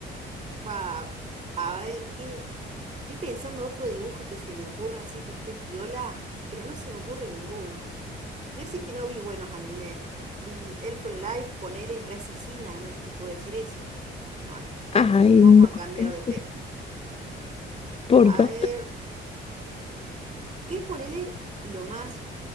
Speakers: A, on the right; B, on the left.
A: Fa, a ver qué. Estoy pensando otro dibujo que se me ocurra así que esté piola, pero no se me ocurre ninguno. Decir que no vi buenos animes. Vi Elfen Life, ponele, re asesina, no te puedo decir eso. Bueno, en
B: Ay,
A: fin, vamos
B: no,
A: a cambiar
B: es
A: de tema.
B: porfa.
A: A ver, ¿qué es ponele lo más